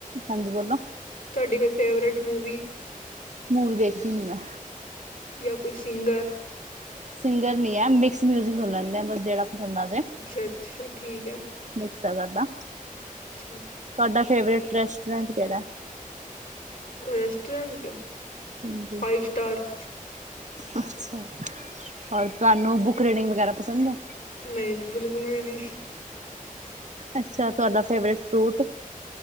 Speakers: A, on the right; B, on the left.
A: ਹਾਂਜੀ ਬੋਲੋ
B: ਤੁਹਾਡੀ ਕੋਈ ਫੇਵਰੇਟ ਮੂਵੀ।
A: ਮੂਵੀ ਦੇਖਦੀ ਨੀ ਮੈਂ।
B: ਜਾਂ ਕੋਈ ਸਿੰਗਰ
A: ਸਿੰਗਰ ਨਹੀਂ ਐ ਮਿਕਸ ਮਿਊਜਿਕ ਸੁਣ ਲੈਂਦੇ ਐ ਜਿਹੜਾ ਪਸੰਦ ਆਜੇ।
B: ਅੱਛਾ ਅੱਛਾ, ਠੀਕ ਐ।
A: <unintelligible> ਸਾਡਾ,
B: ਅੱਛਾ,
A: ਤੁਹਾਡਾ ਫੇਵਰੇਟ ਰੈਸਟੋਰੈਂਟ ਕਿਹੜਾ
B: ਰੈਸਟੋਰੈਂਟ
A: ਹਾਂਜੀ
B: ਫਾਈਵ ਸਟਾਰ
A: ਅੱਛਾ, ਔਰ ਤੁਹਾਨੂੰ ਬੁੱਕ ਰੀਡਿੰਗ ਵਗੈਰਾ ਪਸੰਦ ਐ।
B: ਨਹੀਂ, ਬਿਲਕੁਲ ਵੀ ਨੀ
A: ਅੱਛਾ ਤੁਹਾਡਾ ਫੇਵਰੇਟ ਫਰੂਟ।